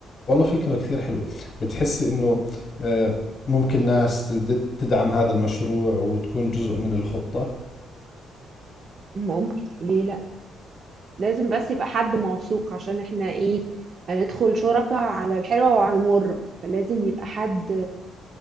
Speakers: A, on the left; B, on the right.
A: والله فكرة كثير حلوة بتحسي انه آه، ممكن ناس تد- تدعم هذا المشروع وتكون جزء من الخطة
B: ممكن ليه لا لازم بس يبقى حد موثوق عشان احنا ايه هندخل شركة على الحلوة وعلى المرة فلازم يبقى حد